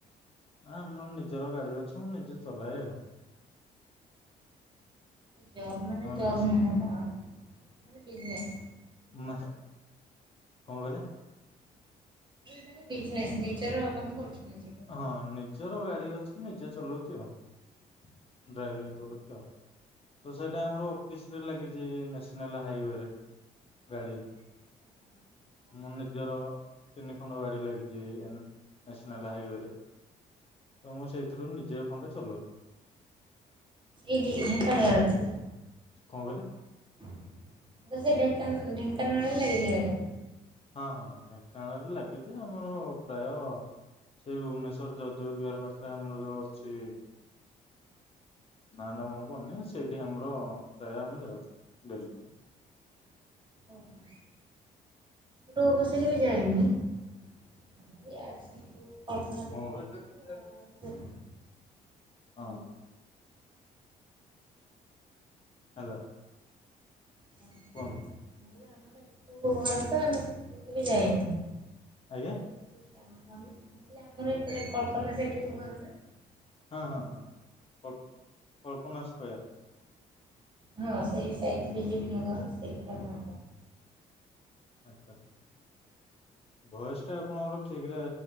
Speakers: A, on the left; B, on the right.
A: ଆଁ ଆମର ନିଜର ଗାଡି ଅଛି। ମୁଁ ନିଜେ ଚଲାଏ ଆଉ।
B: ଜବ୍ ମାନେ
A: ଆମ
B: ଜବ୍
A: ନେସ୍
B: ନୁହଁ ବା ମାନେ ବିଜନେସ୍।
A: ମାନେ କଣ କହିଲେ?
B: ମାନେ ବିଜନେସ ନିଜର କାମ କରୁଛନ୍ତି ନିଜେ
A: ହଁ ନିଜର ଗାଡି ଅଛି ନିଜେ ଚଲାଉଛି ଆଉ ଡ୍ରାଇଭିଂ କରୁଛି ଆଉ। ତ ସେଇଟା ଆମର ଅଫିସ ରେ ଲାଗିଛି ନେସନାଲ ହାଇୱେରେ ଗାଡି। ମୋ ନିଜର ତିନି ଖଣ୍ଡ ଗାଡି ଲାଗିଛି ଏନ୍ ନେସନାଲ ହାଇୱେ ରେ ତ ମୁଁ ସେଇଥିରୁ ନିଜେ ଖଣ୍ଡେ ଚଲାଉଛି।
B: ଏଇଠି ଢେଙ୍କାନାଳ ରେ
A: କଣ କହିଲେ?
B: <inaudible> ତୁସେ ଢେଙ୍କା ଢେଙ୍କାନାଳରେ ଲାଗିଚି ବୋଧେ।
A: ହଁ ହଁ ଢେଙ୍କାନାଳରୁ ଲାଗିଚି ଆମର ପ୍ରାୟ ସେଇ ଭୁବନେଶ୍ଵର ଜୟଦେବବିହାର ପାଖରେ ଆମର ଯୋଉ ଅଛି ନାଆଟା ମନେ ପଡ଼ୁନି ସେଇଠି ଆମର ପ୍ରାୟ ଆମେ ଯାଉଛୁ ଡେଲି।
B: ଓହୋ। ତୋ ବସିକିରି ଯାଇନି। ଆମର ଏଇ ଆସିବୁ କଳ୍ପନା ଛକ
A: କଣ ହେଲା କୁହନ୍ତୁ
B: <unintelligible>
A: ହଁ। ହାଲୋ।
B: <inaudible>
A: କୁହନ୍ତୁ?
B: ମୁଁ କହିଲି ଆମର ଏପଟକୁ ଘରତ ଆମେ ସେପଟକୁ କେବେ ଯାଇନୁ।
A: ଆଜ୍ଞା।
B: କିଛି କାମ କରୁନି ମୁକହିଲି ଆମର ଏପଟେ କଳ୍ପନା ସେଇଠୁ ଘରନା
A: ହଁ ହଁ ହଁ କଳ୍ପନା ସ୍କୟାର।
B: ହଁ ସେଇ ସାଇଟି ବିଜେପି ନଗର ସେଇଟା ଘର।
A: ଆଚ୍ଛା ଆଚ୍ଛା ଭଏସଟା ଆପଣଙ୍କର ଠିକିରେ